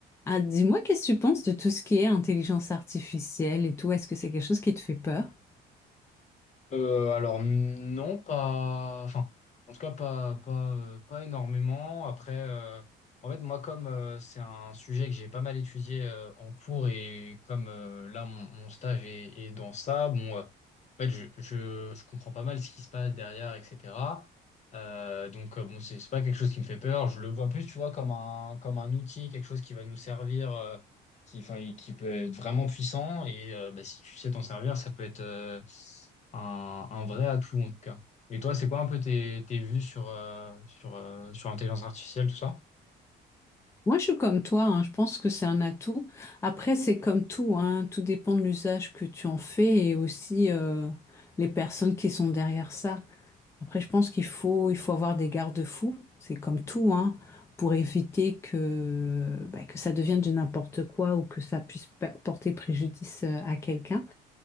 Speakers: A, on the left; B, on the left.
A: Ah, dis-moi, qu'est-ce que tu penses de tout ce qui est intelligence artificielle et tout? Est-ce que c'est quelque chose qui te fait peur?
B: Euh, alors non, pas. Enfin, en tout cas, pas, pas, euh, pas énormément. Après, euh, en fait, moi, comme euh, c'est un sujet que j'ai pas mal étudié euh, en cours et comme euh, là, mon, mon stage est, est dans ça, bon, euh, en fait, je, je, je comprends pas mal ce qui se passe derrière, etc. Euh, donc, euh, bon, c'est c'est pas quelque chose qui me fait peur. Je le vois plus, tu vois, comme un, comme un outil, quelque chose qui va nous servir. euh, qui, enfin, qui peut être vraiment puissant et euh, bah, si tu sais t'en servir, ça peut être, euh, un, un vrai atout en tout cas. Et toi, c'est quoi un peu tes, tes vues sur, euh, sur, euh, sur l'intelligence artificielle, tout ça?
A: Moi, je suis comme toi, hein, je pense que c'est un atout. Après, c'est comme tout, hein, tout dépend de l'usage que tu en fais et aussi euh, les personnes qui sont derrière ça. Après, je pense qu'il faut, il faut avoir des garde-fous, c'est comme tout, hein, pour éviter que, bah, que ça devienne de n'importe quoi ou que ça puisse pa- porter préjudice euh, à quelqu'un.